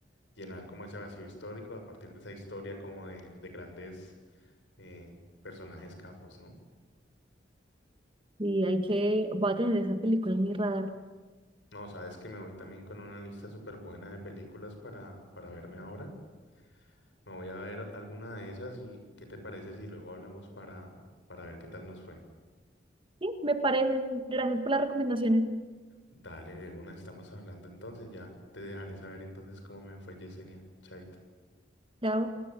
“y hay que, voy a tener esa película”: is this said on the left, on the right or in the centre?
Right